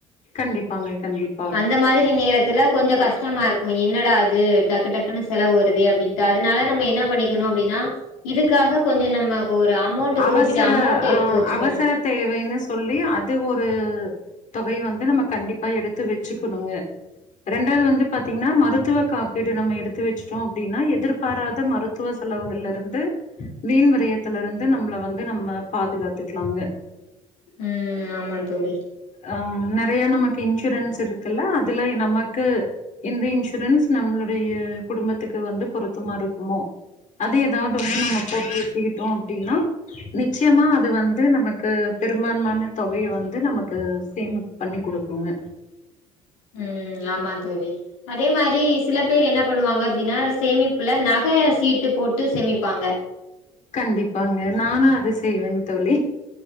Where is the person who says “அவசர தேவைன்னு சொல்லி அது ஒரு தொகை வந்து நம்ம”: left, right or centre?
Left